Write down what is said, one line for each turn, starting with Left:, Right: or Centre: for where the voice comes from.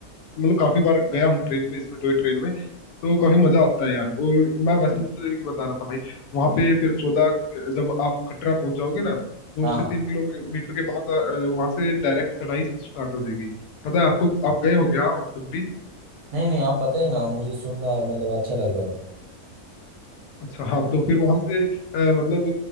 Left: मतलब काफी बार गया हूँ ट्रेन में इसमें टॉय ट्रेन में तो काफी मजा आता है यार और मैं वैष्णो देवी की बता रहा था भाई वहां पे फिर चौदह जब आप कटरा पहुंच जाओगे ना दो
Right: हाँ
Left: से
Right: हाँ
Left: तीन किलोमीटर के बाद वहां से डायरेक्ट चढ़ाई स्टार्ट हो जाएगी पता है आपको आप गए हो क्या अभी
Right: नहीं नहीं आप बताइए ना मुझे सुनना मतलब अच्छा लग रहा है
Left: अच्छा हाँ तो फिर वहां से अ, मतलब